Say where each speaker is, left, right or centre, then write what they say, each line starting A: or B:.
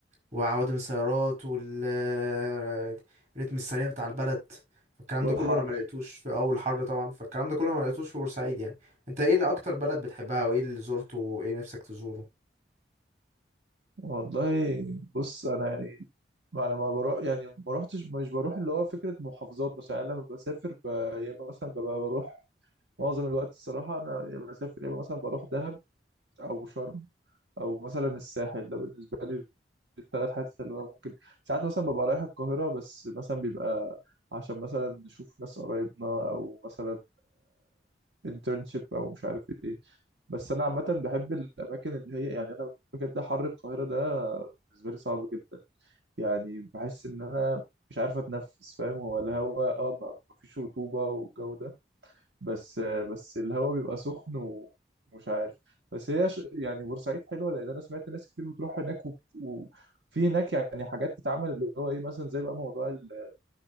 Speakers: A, on the right; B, on the right.
A: وعوادم السيارات والريتم السريع بتاع البلد الكلام
B: والحر
A: ده كله أنا ملقتوش في أول حر طبعا فالكلام ده كله أنا ملقتوش في بورسعيد يعني أنت ايه اللي أكتر بلد بتحبها وإيه اللي زرته وإيه نفسك تزوره؟
B: والله بص انا يعني انا ما بروح يعني ما روحتش مش بروح اللي هو فكره محافظات مثلا يعني لما بسافر ب... يا اما مثلا ببقى بروح معظم الوقت الصراحه انا يا اما بسافر يا اما مثلا بروح دهب او شرم او مثلا الساحل ده بالنسبه لي الثلاث حاجات اللي انا ممكن ساعات مثلا ببقى رايح القاهره بس مثلا بيبقى عشان مثلا نشوف ناس قرايبنا او مثلا انترنشيب او مش عارف ايه بس انا عامه بحب الاماكن اللي هي يعني انا بجد حر القاهره ده بالنسبه لي صعب جدا يعني بحس ان انا مش عارف اتنفس فاهم هو الهواء اه ما ما فيش رطوبه والجو ده بس بس الهواء بيبقى سخن ومش عارف بس هي ش... يعني بورسعيد حلوه لان انا سمعت ناس كتير بتروح هناك وبت... وفي هناك يعني حاجات تتعمل اللي هو ايه مثلا زي بقى موضوع ال-